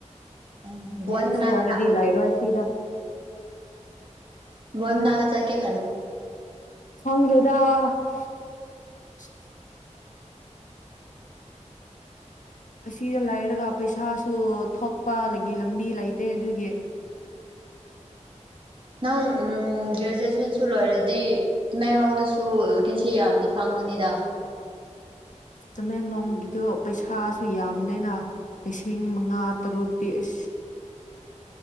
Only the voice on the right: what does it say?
ꯎꯝ ꯕꯣꯟ
ꯃꯅꯥꯛꯇ
ꯅꯅꯥꯗ ꯆꯔꯀꯦ
ꯅꯪ ꯒ꯭ꯔꯦꯖꯨꯑꯦꯁꯟꯁꯨ ꯂꯣꯏꯔꯗꯤ ꯇꯃꯦꯡꯂꯣꯡꯗꯁꯨ ꯚꯦꯀꯦꯟꯁꯤ ꯌꯥꯝꯗꯤ ꯐꯪꯒꯅꯤꯗ